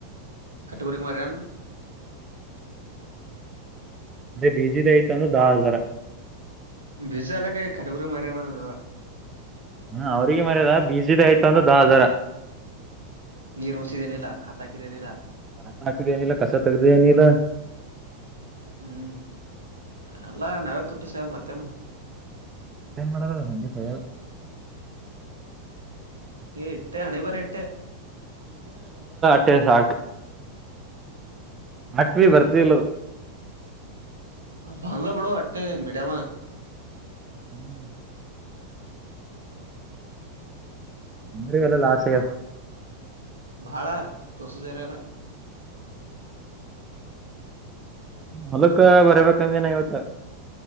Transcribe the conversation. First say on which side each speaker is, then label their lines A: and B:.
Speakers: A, on the right (about 75°); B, on the right (about 20°).
A: ಕಟ್ಟಗರಿಗ ಮಾರೆನು
B: ಬರೆ ಬೀಜದ ಆಯತು ಅಂದ್ ದಾ ಹಜಾರ
A: ಬೀಜ ಎಲ್ಲಾ ಕಟಗರಿಗ ಮಾರೇನ ಅ
B: ಹಂ ಅವ್ರಿಗೆ ಮಾರೆದ ಬೀಜದ ಆಯ್ತು ಅಂದ್ರ ದ ಹಜಾರ
A: ನೀರ ಉಣ್ಸಿದೆ ಎನ ಇಲ್ಲ ಕಥಾ ಹಾಕಿದ ಎನ ಇಲ್ಲ?
B: ರತ್ನ ಹಾಕದ ಏನಿಲ್ಲ ಕಸ ತಗ್ದ ಏನಿಲ್ಲ
A: ಹ್ಮ್ ಅಲ್ಲ ನಾವೇ ತುಟ್ಟಿಸದ್ ಮತ್ತೇನು
B: ೇನ್ ಮಾಡಡದಲ್ಲ ನಿಗ ಸೇಲ್
A: ಈ ಎಟ್ಟ ಆಣ ಬ ಎಟ್ಟೆ
B: ಮಟ್ಟೆ ಸಾಕು ಹಾಕ್ವಿ ಬರ್ತಲ್ಲದು
A: ಹ ಭಂಗಲ ಬಡೋ ಅೆ ಮೀಡಿಯ
B: ಹ್ಮ್ ಅಂದ್ರಗಲ್ಲ ಲ ಆಸಗ
A: ಭಾಳ ತುಸು ಜಾರಲ್ಲ
B: ಮಲಕ ಬರ್ಬೇಕಂದೆಿನ ಇವತ್ತ